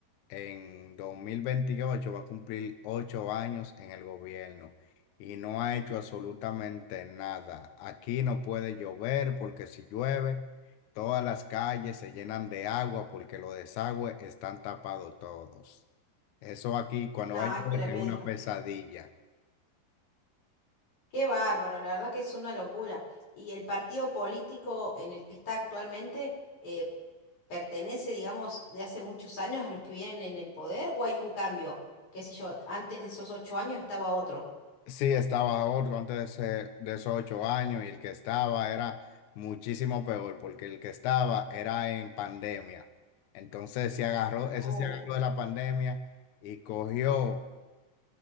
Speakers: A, on the left; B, on the left.
A: en 2028 va a cumplir ocho años en el gobierno y no ha hecho absolutamente nada. Aquí no puede llover porque si llueve, todas las calles se llenan de agua porque los desagües están tapados todos. Eso aquí cuando
B: No,
A: va a llover
B: es tremendo.
A: es una pesadilla.
B: Qué bárbaro, la verdad que es una locura. Y el partido político en el que está actualmente eh, pertenece, digamos, de hace muchos años a los que vienen en el poder o hay un cambio, qué sé yo, antes de esos ocho años estaba otro.
A: Sí, estaba otro antes de, ese- de esos ocho años y el que estaba era muchísimo peor porque el que estaba era en pandemia. Entonces se agarró, ese
B: Oh,
A: se agarró de la pandemia y cogió